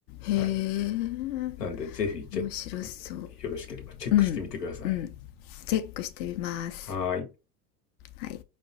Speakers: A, on the left; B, on the left.
A: へえ
B: はい。なんで、ぜひ、チェック、
A: 面白そう
B: よろしければチェックしてみてください。
A: うんうんチェックしてみます。
B: はーい。
A: はい